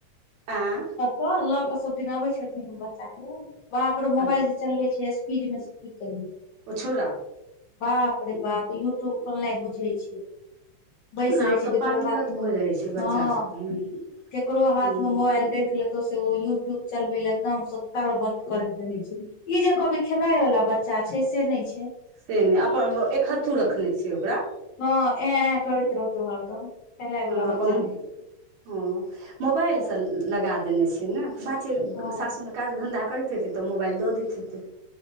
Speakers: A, on the right; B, on the left.
A: ऐं
B: तऽ लऽ के सब दिन अबै छथिन बच्चा के बाप रे मोबाइल
A: अच्छा
B: जे चलबे छै स्पीड स्पीड मे से की कहि
A: उ छौड़ा
B: बाप रे बाप यूट्यूब खोलनाइ बुझै छै बैस
A: ने
B: सकै
A: आब तऽ
B: छै ककरो
A: पारंगत
B: हाथमे
A: भऽ जाइ छै बच्चा
B: हँ
A: सब हूँ
B: केकरो
A: हूँ
B: हाथ मे मोबाइल देख लेत तै से ओ यूट्यूब चलबै ले एकदम सतर बत करैत रहय छै ई जे कहबै खेलाय वाला बच्चा छै से नहि छै
A: से नहि अपन एक हत्थू रखने छै ओकरा
B: हँ ऐं ऐं करैत रहतै हरदम बला
A: हँ अपन
B: बच्चा नै छै
A: हँ मोबाइलसँ
B: हँ
A: लगा देने छै ने बात छै
B: हँ
A: सासुरमे काज धंधा करैत हेतै तऽ मोबाइल दऽ दैत हेतै